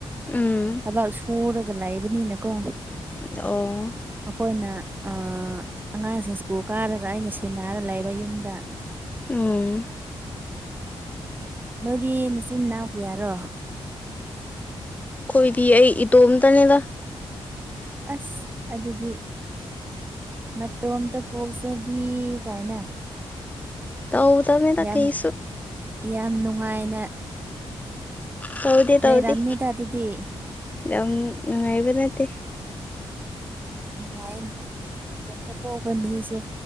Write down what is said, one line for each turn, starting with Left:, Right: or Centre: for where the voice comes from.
Left: ꯎꯝ꯫
Right: ꯊꯕꯛ ꯁꯨꯔꯒ ꯂꯩꯕꯅꯤꯅꯀꯣ꯫
Left: ꯑꯣ꯫
Right: ꯑꯩꯈꯣꯏꯅ ꯑ ꯑꯉꯥꯡꯁꯤꯡ ꯁ꯭ꯀꯨꯜ ꯀꯥꯔꯒ ꯑꯩꯅ ꯁꯦꯟꯅꯔ ꯂꯩꯕ ꯌꯨꯝꯗ꯫
Left: ꯎꯝ꯫
Right: ꯅꯣꯏꯗꯤ ꯅꯆꯤꯟ ꯅꯅꯥꯎ ꯀꯌꯥꯔꯣ꯫
Left: ꯑꯩꯈꯣꯏꯗꯤ ꯑꯩ ꯏꯇꯣꯝꯇꯅꯦꯗ꯫
Right: ꯑꯁ ꯑꯗꯨꯗꯤ ꯃꯇꯣꯝꯇ ꯄꯣꯛꯆꯕꯤ ꯀꯥꯏꯅ꯫
Left: ꯇꯧꯗꯃꯤꯗ
Right: ꯌꯥꯝ
Left: ꯀꯩꯁꯨ꯫
Right: ꯌꯥꯝ ꯅꯨꯡꯉꯥꯏꯅ
Left: ꯇꯧꯗꯦ ꯇꯧꯗꯦ
Right: ꯂꯩꯔꯝꯅꯤꯗ ꯑꯗꯨꯗꯤ
Left: ꯌꯥꯝ ꯅꯨꯡꯉꯥꯢꯕ ꯅꯠꯇꯦ꯫
Right: ꯅꯨꯡꯉꯥꯏꯅ ꯃꯇꯣꯝꯇ ꯄꯣꯛꯄ ꯃꯤꯁꯦ